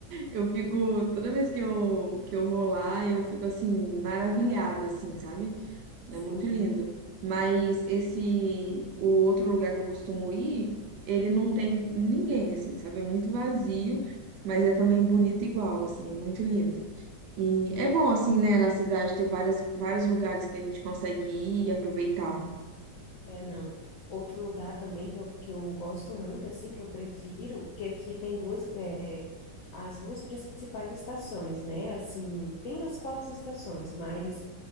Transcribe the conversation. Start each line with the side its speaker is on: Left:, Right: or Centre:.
Right: Eu fico, toda vez que eu, que eu vou lá, eu fico, assim, maravilhada, assim, sabe?
Left: Sim.
Right: É muito lindo. Mas esse, o outro lugar que eu costumo ir, ele não
Left: Uhum.
Right: tem ninguém, assim, sabe? É muito vazio, mas é também bonito igual, assim, é muito lindo. E é bom, assim, né, na cidade ter várias, vários lugares que a gente consegue ir e aproveitar.
Left: Ah, É, não. Outro lugar também que eu, que eu gosto muito, assim, que eu prefiro, que aqui tem duas, é, as duas principais estações, né? Assim, tem as quatro estações, mas,